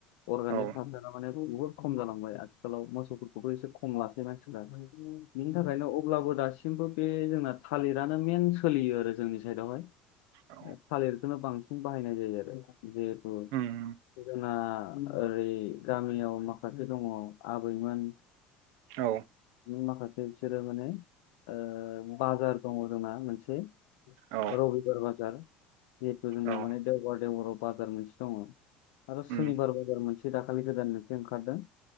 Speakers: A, on the left (about 80°); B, on the right (about 70°).
A: अरगानिक
B: औ
A: हासार--‌ माने बहुत खम जालांबाय आथिखालाव मोसौफोरखौबो एसे खम लासैनांसिगोन आरो बिनि थाखायनो अब दासिमबो बे जोंना थालिरानो मेन सोलियो आरो जोंनि साइडआवहाय।
B: औ
A: थालिरखोनो बांसिन बाहायनाय जायो आरो‌ जिहेतु
B: उम
A: जोंना ओरै गामियाव माखासे दङ आबैमोन।
B: औ।
A: माखासे बिसोरो माने ओ बाजार दङ जोंना मोनसे
B: औ
A: रबिबार बाजार। जिहेथु जोंना
B: औ
A: माने देवबार देवबराव बाजार मोनसे दङ। आरो
B: उम
A: सुनिबार बाजार मोनसे दाखालि गोदान मोनसे ओंखारदों।